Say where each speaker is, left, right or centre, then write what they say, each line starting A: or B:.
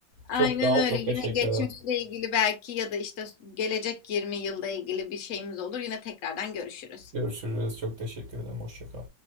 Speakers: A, on the left (about 60°); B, on the right (about 45°).
A: aynen
B: Çok sağ
A: öyle.
B: ol, çok
A: Yine
B: teşekkür
A: geçmişle
B: ederim.
A: ilgili belki ya da işte gelecek 20 yılda ilgili bir şeyimiz olur. Yine tekrardan görüşürüz.
B: Görüşürüz, çok teşekkür ederim. Hoşça kal.